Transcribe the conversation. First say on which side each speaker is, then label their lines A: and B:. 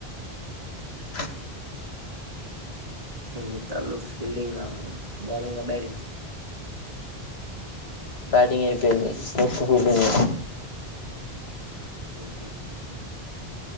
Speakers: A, on the left (about 75°); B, on the right (about 35°).
A: అ
B: ఎన్ని తళ్ళు ఫీల్డింగ్ బౌలింగ్ బ్యాటింగ్
A: బ్యాటింగ్ అయిపోయింది నెక్స్ట్ ఫీల్డింగ్
B: హహ